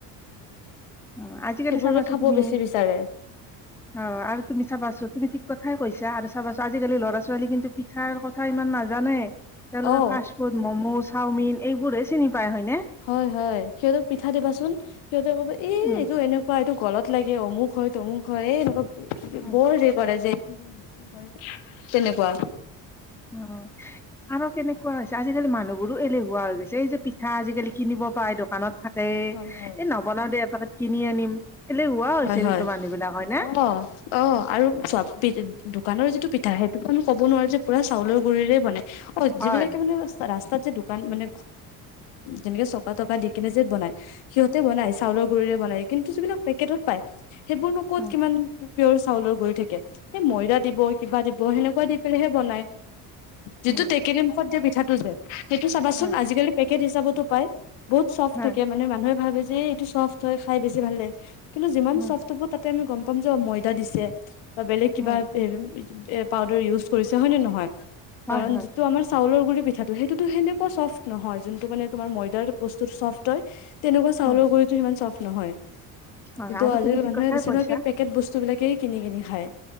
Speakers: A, in the centre; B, on the left.
A: অ আজিকালি
B: সেইবোৰে
A: চাবাছোন
B: খাব
A: তুমি
B: বেছি বিচাৰে
A: অ আৰু তুমি চাবাচোন তুমি ঠিক কথাই কৈছা চাবাচো আজিকালি ল'ৰা ছোৱালী কিন্তু পিঠাৰ কথা ইমান নাজানে। তেওঁলোকে
B: অ
A: ফাষ্ট ফুড ম'ম চাওমিন এইবোৰে চিনি পায় হয়নে।
B: হয়, হয় সিহঁতক পিঠা দিবা চোন সিহঁতে কব এ
A: উম
B: এইটো এনে কোৱা এইটো গলত লাগে অমুক হয়, তমুক হয়, এনেকোৱা
A: উম।
B: বৰ হেৰি কৰে যে এইটো হয় এনকা বহুত কৰে যে। তেনেকোৱা।
A: অ। আৰু কেনেকোৱা হৈছে আজিকালি মানুহবোৰো এলেহুৱা হৈ গৈছে এই যে পিঠা আজিকালি কিনিব পাই দোকানত। থাকেই এ
B: হয় হয়
A: নবনাও দে এপাকেত কিনি আনিম এলেহুৱা হৈছে
B: হয় হয়
A: কিন্তু মানুহ বিলাক হয় নে।
B: অ অ আৰু দোকানৰ যিটো পিঠা সেইটো আমি ক'ব নোৱাৰো যে পুৰা চাউলৰ গুৰিৰে বনাই। অ যিবিলাকে
A: হয়
B: মানে ৰাস্তাত যে দোকান মানে যেনেকে চকা তকা দি কিনে যে বনাই সিহঁতে বনাই চাউলৰ গুৰিৰে বনায় কিন্তু যিবিলাক পেকেটত পায় সেইবোৰনো ক'ত
A: উম
B: কিমান পিয়ৰ চাউলৰ গৰি থাকে সেই ময়দা দিব কিবা দিব সেনেকোৱা দি পেলাইহে বনাই যিটো
A: উম
B: টেকেলি মুখত দিয়া পিঠাটো যে, সেইটো চাবাচোন
A: হয়
B: আজিকালি পেকেট হিচাপতো পায়। বহুত চফ্ট
A: হয়
B: থাকে মানে মানুহে ভাবে যে এইটো চফ্ট হয়, চাই বেছি ভাল লাগে কিন্তু যিমান
A: উম
B: চফ্ট হ'ব তাত তেতিয়া আমি গম পাম যে অ ময়দা দিছে বা বেলেগ কিবা
A: উম
B: আছে এ পাউদাৰ ইউজ কৰিছে হয় নে নহয়,
A: হয়
B: কাৰণ
A: হয়
B: যিটো আমাৰ চাউলৰ গুৰি পিঠাটো সেইটোতো সেনেকোৱা চফ্ট নহয়, যোনটো মানে তোমাৰ ময়দাৰ বস্তুটো চফ্ট হয়। তেনেকোৱা চালৰ
A: উম
B: গুৰিটো সিমান চফ্ট নহয়।
A: হয়
B: কিন্তু
A: আৰু
B: আজিকালি
A: তুমি ঠিক
B: মানুহে
A: কথাই
B: বেছিভাগে
A: কৈছা
B: পেকেট বস্তুবিলাকে কিনি কিনি খায়।